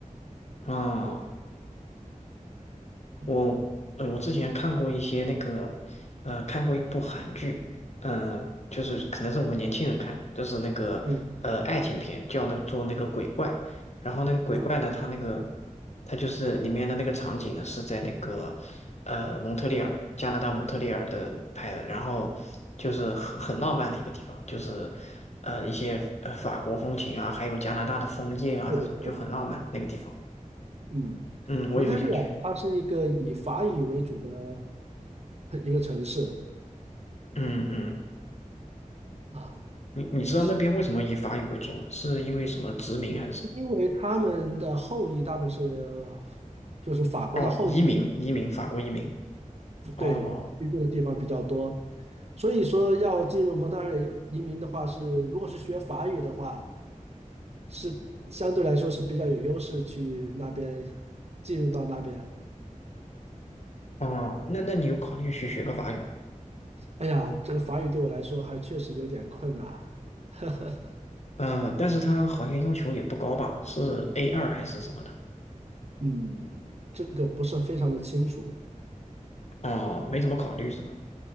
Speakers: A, on the left; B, on the right.
A: 啊。
B: 嗯
A: 我嗯，我之前看过一些那个，呃，看过一部韩剧，嗯、就是可能是我们年轻人看的，就是那个呃爱情片，
B: 嗯
A: 叫的做那个鬼怪。然后那个鬼怪呢，
B: 啊，
A: 它那个它就是里面的那个场景呢是在那个呃蒙特利尔，加拿大蒙特利尔的拍的，然后就是很很浪漫的一个地方，就是呃一些呃法国风情啊，还有加拿大的枫叶啊这种就很浪漫那个地方。
B: 对对对，嗯，
A: 嗯，我也很想去。
B: 蒙特利尔它是一个以法语为主的一个城市
A: 嗯嗯。
B: 啊。
A: 你你知道那边为什么以法语为主吗？
B: 是。
A: 是因为什么殖民还是什
B: 因为他们的后裔大部分是就是法国的后裔，
A: 么？哦，移民，移民，法国移民。哦
B: 对，居住的地方比较多，所以说要进入蒙特利尔移民的话是，如果是学法语的话，是相对来说是比较有优势去那边进入到那边。
A: 哦，那那你有考虑去学个法语？
B: 哎呀，这个法语对我来说还确实有点困难，<laughs>
A: 嗯，但是他好像要求也不高吧？是 A 二还是什么的？
B: 嗯，这个不是非常的清楚，
A: 哦，
B: 嗯，
A: 没怎么考虑是吧？